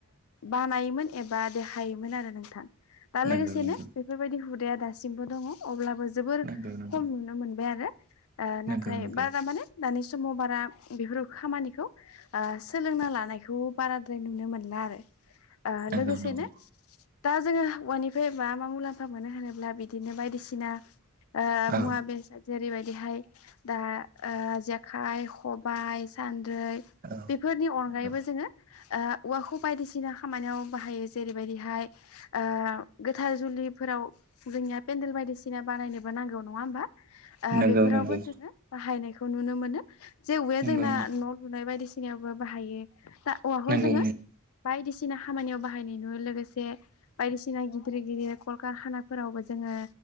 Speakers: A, on the left; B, on the right.
A: बानायोमोन एबा देखायोमोन आरो नोंथां दा
B: नंगौ
A: लोगोसेनो
B: नंगौ
A: बेफोरबायदि हुदाया दासिमबो दङ अब्लाबो जों जोबोर
B: नंगौ नंगौ
A: खम नुनो मोनबाय आरो ओ नाथाय
B: नंगौ नंगौ
A: बारा माने दानि समाव बारा बेफोर खामानिखौ सोलोंना लानायखौ बाराद्राय नुनो मोनला आरो ओ
B: नंगौ
A: लोगोसेनो
B: नंगौ
A: दा जोङो औवानिफ्रायबा मा मा मुलाम्फा मोनो होनोब्ला बिदिनो बायदिसिना ओ
B: औ
A: मुवा बेसाद जेरैबायदिहाय दा ओ जे जेखाइ खबाय सान्द्रै
B: औ
A: बेफोरनि अनगायैबो
B: नंगौ
A: जोङो ओ औवाखौ बायदिसिना खामानियाव बाहायो जेरैबायदिहाय ओ गोथार जुलिफोराव जोंनिया पेन्देल बायदिसिना बानायनोबा नांगौ नङा होमबा ओ
B: नंगौ
A: बेफोरावबो
B: नंगौ
A: जोङो बाहायनायखौ नुनो मोनो जे औवाया
B: नंगौ
A: जोंना न' लुनाय बायदिसिनायावबो बाहायो दा औवाखौ
B: नंगौ
A: जोङो
B: नंगौ
A: बायदिसिना बायदिसिना खामानियाव बाहायनाय नुयो लोगोसे बायदिसिना गिदिर गिदिर कलकारखानाफोरावबो जोङो